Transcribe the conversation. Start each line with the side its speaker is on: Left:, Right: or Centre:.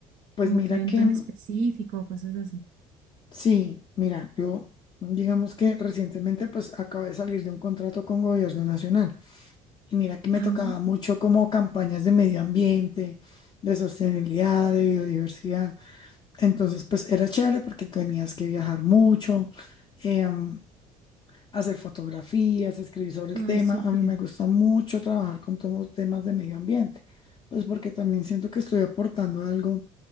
Left: Pues
Right: como
Left: mira
Right: que evento
Left: que,
Right: en
Left: mm,
Right: específico o cosas así.
Left: sí, mira, yo digamos que recientemente pues acabé de salir de un contrato con Gobierno Nacional y mira que me
Right: Ah,
Left: tocaba mucho como campañas de medio ambiente, de sostenibilidad, de biodiversidad. Entonces, pues era chévere porque tenías que viajar mucho, em, hacer fotografías, escribir sobre el
Right: ay,
Left: tema.
Right: súper,
Left: A mí me gusta mucho trabajar con todos los temas de medio ambiente, pues porque también siento que estoy aportando algo